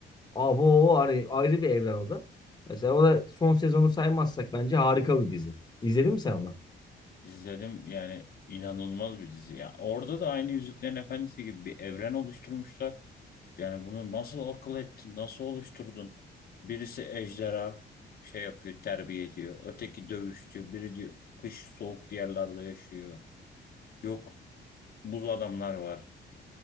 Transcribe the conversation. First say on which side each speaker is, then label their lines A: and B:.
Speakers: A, on the left; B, on the left.
A: Abo hani ayrı bir evren o da. Mesela o da son sezonu saymazsak bence harika bir dizi. İzledin mi sen onu?
B: izledim yani inanılmaz bir dizi ya. Orada da aynı Yüzüklerin Efendisi gibi bir evren oluşturmuşlar. Yani bunu nasıl akıl ettin, nasıl oluşturdun? Birisi ejderha şey yapıyor, terbiye ediyor. Öteki dövüşçü, biri diyor, kış soğuk yerlerde yaşıyor. Yok buz adamlar var.